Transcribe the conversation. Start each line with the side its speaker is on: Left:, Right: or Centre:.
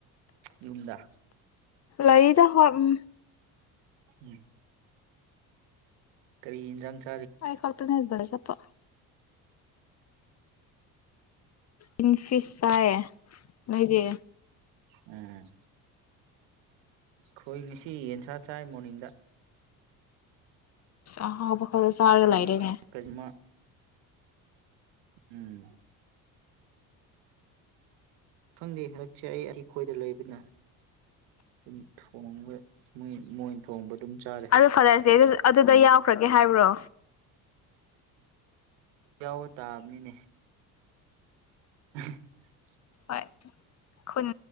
Right: ꯌꯨꯝꯗ
Left: ꯂꯩꯗ ꯍꯣꯏ ꯎ
Right: ꯎꯝ ꯀꯔꯤ ꯏꯟꯖꯥꯡꯁ
Left: ꯀꯥꯏ ꯀꯣꯣꯛꯇꯣꯏꯅ ꯍꯕꯔꯣ ꯆꯣ <inaudible> ꯏ ꯐꯤꯁꯁꯥꯏ ꯂꯩꯣꯏꯗꯤ
Right: ꯎꯝ ꯑꯩꯣꯏ ꯉꯁꯤ ꯌꯦꯟꯁꯥ ꯆꯥꯏ ꯃꯣꯔꯅꯤꯡꯗ
Left: ꯑ ꯍꯕ ꯍꯗ ꯆꯔꯒ
Right: ꯑꯩꯈꯣꯏ
Left: ꯂꯥꯏꯔꯦꯅꯦ
Right: ꯀꯩꯃ ꯎꯝ ꯈꯪꯗꯦ ꯍꯟꯗꯛꯁꯦ ꯑꯩ ꯑꯩꯈꯣꯏꯗ ꯂꯩꯕꯅ ꯑꯗꯨꯝ ꯃꯣꯏ ꯊꯣꯡꯕ ꯑꯗꯨꯝ ꯆꯥꯔꯦ
Left: ꯑꯗꯨ ꯐꯂꯥꯔꯁꯤꯦ ꯑꯗꯨꯗ ꯌꯥꯎ ꯈ꯭ꯔꯒꯦ ꯍꯥꯏꯕ꯭ꯔꯣ
Right: ꯌꯥꯎꯕ ꯇꯥꯕꯅꯤꯅꯦ ꯎ
Left: ꯍꯣꯏ ꯈꯨꯟ